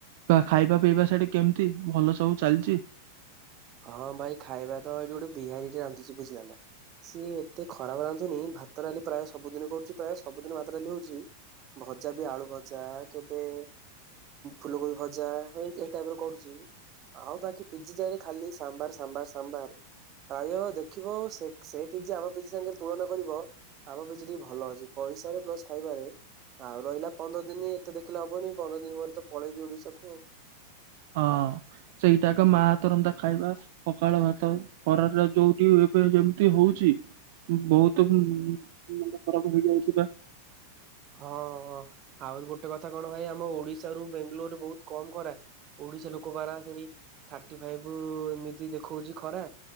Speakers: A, on the right; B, on the right.
A: ଖାଇବା ପିଇବା ସେଠି କେମିତି ଭଲ ସବୁ ଚାଲିଛି।
B: ହଁ ଭାଇ ଖାଇବା ତ ଏଇଠି ଗୋଟେ ବିହାରୀ ଟ ରାନ୍ଧୁଛି ବୁଝିଲ ନା। ସିଏ ଏତେ ଖରାପ ରାନ୍ଧୁନି ଭାତ ଡାଲି ପ୍ରାୟ ସବୁଦିନ କରୁଛି ପ୍ରାୟ ସବୁଦିନ ଭାତ ଡାଲି ହଉଛି ଭଜା ବି ଆଳୁ ଭଜା କେବେ ଫୁଲକୋବି ଭଜା ଏ ଟାଇପ ର କରୁଛି। ଆଉ ବାକି ପିଜି ଯାରେ ଖାଲି ସାମ୍ଭାର ସାମ୍ଭାର ସାଭାର ପ୍ରାୟ ଦେଖିବ ସେ ପିଜି ଆମ ପିଜି ସାଙ୍ଗରେ ତୁଳନା କରିବ ଆମ ପିଜି ଟିକେ ଭଲ ଅଛି। ପଇସା ପ୍ଲସ୍ ଖାଇବାରେ। ଆଉ ରହିଲା ପନ୍ଦର ଦିନ ଏତେ ଦେଖିଲେ ହବନି ପନ୍ଦର ଦିନ ପରେ ତ ପଳେଇବି ଓଡିଶାକୁ ଆଉ!
A: ହଁ ସେଇଟା ଏକ ମା ହାତ ରନ୍ଧା ଖାଇବା ପଖାଳ ଭାତ ଖରାରେ ଯୋଉଠି ଏବେ ଯେମିତି ହଉଛି ବହୁତ ମେ ଖରାପ ହେଇଯାଉଛି ବା <inaudible>
B: ହଁ ହଁ ଆହୁରି ଗୋଟେ କଥା କଣ ଭାଇ ଆମ ଓଡିଶା ରୁ ବେଙ୍ଗାଲୋର ବହୁତ କମ ଖରା। ଓଡିଶା ଲୋକ ପାରା ସେଠି ଥାର୍ଟି ଫାଇଭ ଏମିତି ଦେଖଉଛି ଖରା।